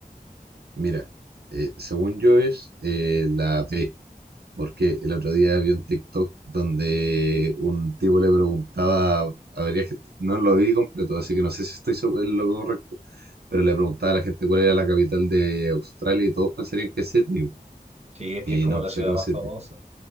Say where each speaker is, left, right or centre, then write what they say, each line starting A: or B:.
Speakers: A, on the right (about 80°); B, on the right (about 40°).
A: Mira, eh, según yo es eh, la B, porque el otro día vi un TikTok donde un tipo le preguntaba, a ver, gente, no lo vi completo, así que no sé si estoy seguro en lo correcto, pero le preguntaba a la gente cuál era la capital de Australia y todos pensarían que es Sydney,
B: Sí, es que
A: y
B: es como
A: no,
B: la
A: sé
B: ciudad
A: que no
B: más
A: es Sydney.
B: famosa.